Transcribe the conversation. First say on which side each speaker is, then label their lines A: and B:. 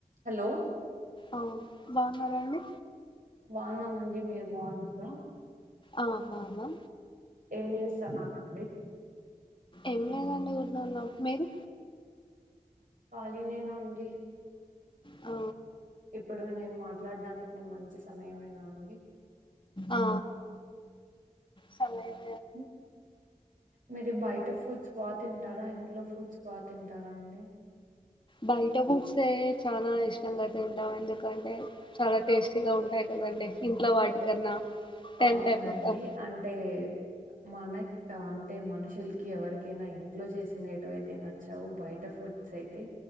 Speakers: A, on the right (about 75°); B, on the left (about 35°).
A: Hello
B: అ బాగున్నారా అండి
A: బాగున్నామండి మీరు బాగున్నారుా
B: ఆ మనా
A: ఏం చేస్తాను అనండి
B: ఏం లేదండి ఊరిన్న ఉన్నాం మీరు
A: కాాలినేనాండి
B: అ
A: ఇప్పుడు నేను మాట్లాడడానికి న మంచి సమయమైనా అండి
B: ఆ సమయం
A: ఉ మీరి బయట ఫూడ్స్ బాగా తింటారా ఇంట్లో ఫూడ్స్ బాగా తింటారా అండి
B: బయట ఫూడ్సే చాలా ఇష్టంగా తింటాం ఎందుకంటే చాలా టేస్ట్ గా ఉంటాయి కదండి ఇంట్లో వాటికన్నా టెంప్ట్
A: అవునండి
B: అయిపోతాం
A: అంటే మన అంటే మనుషులకి ఎవరికైనా ఇంట్లో చేసినటువయితే నచ్చావు బయట ఫుడ్ అయితే